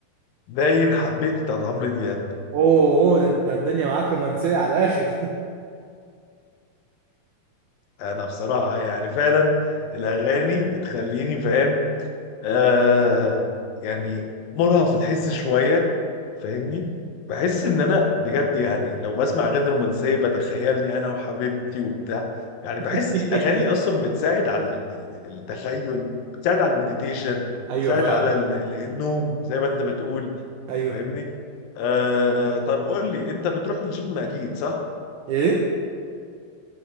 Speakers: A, on the left; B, on the right.
A: باين حبيت بتاعت عمرو دياب
B: اوه أوه، ده انت الدنيا معاك رومانسيه على الاخر
A: انا بصراحه يعني فعلا الاغاني بتخليني فاهم آه يعني مرهف في الحس شويه فاهمني بحس ان انا بجد يعني لو بسمع اغاني رومانسيه بتخيلني انا وحبيبتي وبتاع يعني بحس
B: <laughs>
A: الاغاني اصلا بتساعد على ال- ال- التخيل بتساعد على المديتيشن
B: ايوه
A: بتساعد
B: فعلا
A: على ال- ال- النوم زي ما انت بتقول
B: ايوه
A: فاهمني آه طب قول لي انت بتروح الجيم اكيد صح
B: ايه